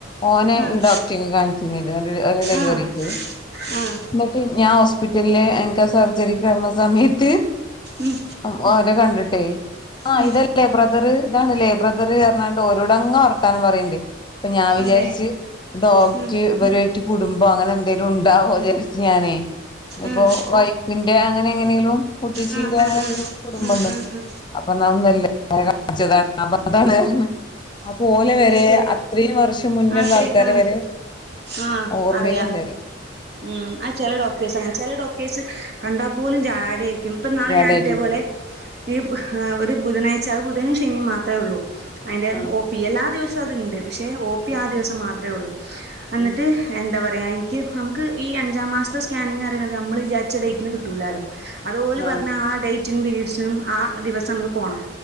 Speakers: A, on the left; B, on the right.
A: ഓനെ
B: ആഹ്
A: ഈ ഡോക്ടറിനു കാണിച്ചത് ഓന്റെ ഡെലിവറിക്ക്
B: ആഹ് ആഹ്
A: എന്നിട്ട് ഞാൻ ഹോസ്പിറ്റ ഇല്ലേ എനിക്കാ സർജറിക്ക് കിടന്ന സമയത്ത്
B: ഉം
A: ഓ അത് കണ്ടിട്ടേ ആ
B: ഉം
A: ഇതല്ലേ ബ്രദറ് ഇതാണ് ലൈബ്രദർ എന്ന് പറഞ്ഞോണ്ട് ഓരോടങ്ങ് വർത്താനം പറയുന്നുണ്ട് അപ്പൊ ഞാൻ വിചാരിച്ച്
B: അതെ
A: ഡോക്റ്റ്
B: ഉം
A: ഇവരുമായിട്ട് കുടുംബം അങ്ങനെ എന്തേലും ഉണ്ടാവോ വിചാരിച്ചു ഞാനേ ഇപ്പൊ
B: ആഹ്
A: വൈപ്പിൻ അങ്ങനെ എങ്ങനെങ്കിലും മുത്തശിന്റെ
B: ആഹ് ആഹ്
A: അങ്ങനെ
B: ആഹ്
A: എന്തേലും കുടുംബണ്ട്
B: ആഹ് ആഹ്
A: അപ്പൊ ന കാണിച്ചതാണ് അപ്പൊ അതാണ് അപ്പൊ ഓലെ വരെ
B: അത് ശരി
A: അത്രയും വർഷം മുന്നുള്ള
B: അത്രയും
A: ആൾക്കാരെ
B: ആ
A: വരെ
B: ആ
A: ഓർമ്മയിലുണ്ട്
B: അറിയാം
A: പറയാ
B: ഉം ആ ചെല ഡോക്ടേഴ്സ് അങ്ങനെയാ ചില ഡോക്ടേഴ്സ് കണ്ടാൽ പോലും ജാട ആയിരി ക്കും ഇപ്പം നാളെ
A: ജാടായിട്ടിട്ടോ
B: ഞാൻ ഇതേപോലെ ഈ ഒരു ബുധനാഴ്ച അത് ബുധനും ശനിയും മാത്രമേ ഉള്ളൂ അതിന്റെ
A: ആഹ്
B: ഓ പി എല്ലാ ദിവസവും അത്ണ്ട്. പക്ഷേ ഓപി
A: ഉം
B: ആ ദിവസം മാത്ര ഒള്ളൂ അന്ന്ട്ട്
A: ഉം
B: എന്താ പറ എൻക്ക് നമുക്ക് ഈ അഞ്ചാം മാസ്ത്തെ സ്കാനിങ് അറിണത് നമ്മള് വിചാരിച്ച ഡേറ്റിന് കിട്ടൂലാലോ അതുപോലെ പർഞ്ഞാ
A: ആഹ്
B: ആ ഡേ <unintelligible> പീരീഡ്സിനും ആ ദിവസം നമ്മള് പോണം